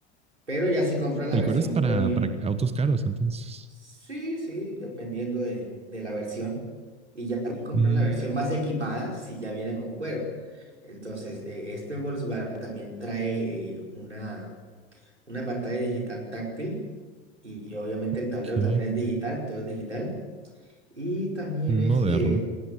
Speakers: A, on the right; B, on the right.
A: pero ya si compras la
B: El
A: versión
B: cuero es para,
A: premium,
B: para autos caros, entonces.
A: sí, sí, dependiendo de, de la versión, y ya si compras
B: Mm,
A: la versión más equipada, sí ya viene con cuero. Entonces, eh, este Volkswagen también trae eh, una, una pantalla digital táctil y y obviamente el
B: ok.
A: tablero también es digital, todo es digital. Y también este,
B: Moderno.